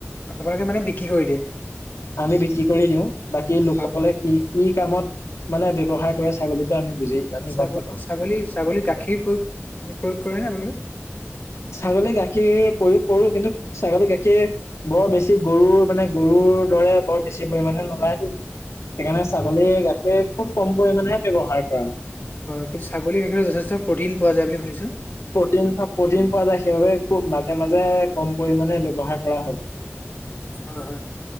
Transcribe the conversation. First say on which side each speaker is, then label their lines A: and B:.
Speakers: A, on the left (about 35°); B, on the left (about 85°).
A: আপোনালোকে মানে বিক্ৰী কৰি দিয়ে।
B: আমি বিক্ৰী কৰি দিওঁ বাকী লোকসকলে
A: হয় হয়
B: কি কি কামত মানে ব্যৱহাৰ কৰে ছাগলীতটো আমি বুজি আমি
A: ছাগল
B: গম নাপাম
A: ছাগলী ছাগলী গাখীৰ প্ৰয়োগ প্ৰয়োগ কৰেনে আপোনালোকে
B: ছাগলী গাখীৰ প্ৰয়োগ কৰো, কিন্তু ছাগলী গাখীৰ বৰ বেছি গৰুৰ মানে গৰুৰ দৰে বৰ বেছি পৰিমমানে নোলাইতো। সেইকাৰণে ছাগলীয়ে গাখিৰ খুব কম পৰিমামানেহে ব্যৱহাৰ কৰা।
A: হয় কিন্তু ছাগলী গাখিতো প্ৰটিন পোৱা যায় বুলি শুনিছো
B: প্ৰটিন প্ৰটিন পোৱা যায় সেইবাবে খুব ন মাজে মাজে কম পৰিমমানে ব্যৱহাৰ কৰা হয়।
A: হয় হয়